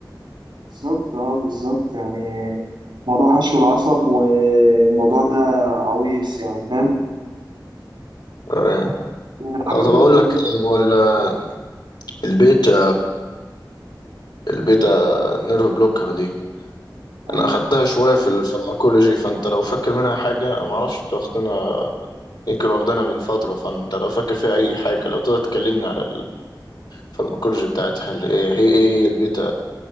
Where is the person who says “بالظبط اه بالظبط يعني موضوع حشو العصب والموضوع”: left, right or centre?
Right